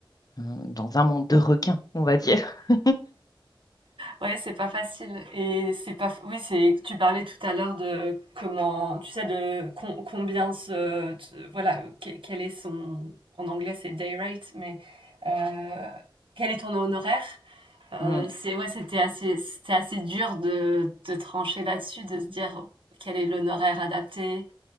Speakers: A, on the left; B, on the right.
A: hein, dans un monde de requins, on va dire. <laughs>
B: Ouais, c'est pas facile et c'est pas f- oui, c'est tu parlais tout à l'heure de comment tu sais de com- combien ce t- voilà, que- quel est son en anglais c'est day rate mais euh, quel est ton honoraire? Euh,
A: Mm,
B: c'est ouais, c'était assez, c'était assez dur de, de trancher là-dessus, de se dire quel est l'honoraire adapté